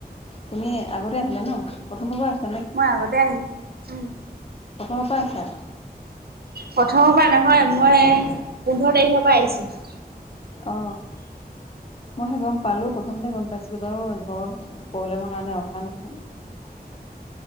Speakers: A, on the left; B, on the right.
A: তুমি আগতে আহিলা ন প্ৰথমৰ পৰা আছা।
B: মই আগতে আহিলো উম।
A: কখনৰ পৰা আছা?
B: প্ৰথমৰ পৰা নহয় মই পোন্ধৰ তাৰিখৰ পৰা আহিছোঁ। <inaudible>
A: অ মই সে গম পালো প্ৰথমতে গম পাইছিলো বাৰু ঘৰৰ প্ৰব্লেমৰ কাৰণে অহা নহল।
B: হয়।